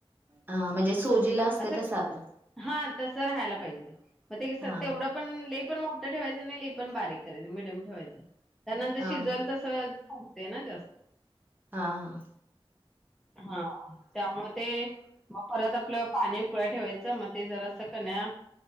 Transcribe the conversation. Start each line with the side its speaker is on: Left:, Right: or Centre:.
Right: हा म्हणजे सोजीला असते
Centre: असं
Right: तस आपण
Centre: हा तसं राहायला पाहिजे ते. मग ते
Right: हा
Centre: तेवढं पण लय पण मोठं ठेवायचं नाही, लय पण पण बारीक करायचं, मिडयम ठेवायच. त्यानंतर
Right: हा
Centre: शिजल तस फुगते ना जास्त
Right: हां हां.
Centre: हा. त्यामध्ये मग परत आपलं पाणी उकळाय ठेवायचं मग ते जरासं कण्या